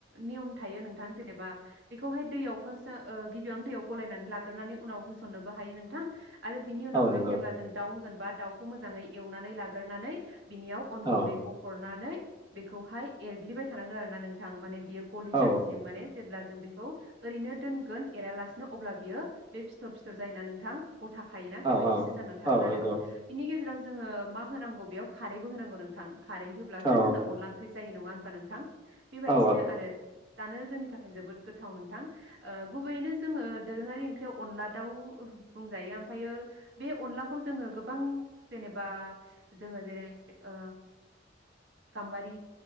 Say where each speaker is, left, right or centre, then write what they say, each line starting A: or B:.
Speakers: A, on the right (about 75°); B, on the right (about 25°).
A: नियम थायो नोंथां जेनेबा बेखौहाय दैयाव फार्स्ट गिबियावनो दैयाव गलायनानै लाग्रोनानै उनाव होसननोबो हायो नोंथां आरो बिनि उनावहाय
B: औ नंगौ
A: जेब्ला जों दाउ होगोन बा दाउखौ मोजाङै एवनानै लागोरनानै बिनियाव अन
B: औ
A: गुन्दैखौ हरनानै बेखौहाय एरग्लिबाय थानांगोन आरोना नों थां माने बियो गलि
B: औ
A: जासिम माने जेब्ला खौ ओरैनो दोनगोन एरालासिनो अब्ला बियो गथा खायोना बेबायदिसो
B: औ
A: जानानै थागोन
B: औ
A: आरो
B: नंगौ
A: बिनि गेजेराव जोङो मा होनांगौ बेयाव खारैबो होनांगौ नोंथां। खारै होब्लासो
B: औ
A: जोंना अनला ओंख्रि जायो नङा होन होमबा नोंथां। बेबायदिनो
B: औ
A: आरो जानो जोंनि थाखाय जोबोद गो थाव नोंथां। ओ गुबैयैनो जोङो दोरोङारि ओंख्रियाव अनला दाउ बुंजायो ओमफायो बे अनलाखौ जोङो गोबां जेनेबा जोङो जेरै ओ गाम्बारि,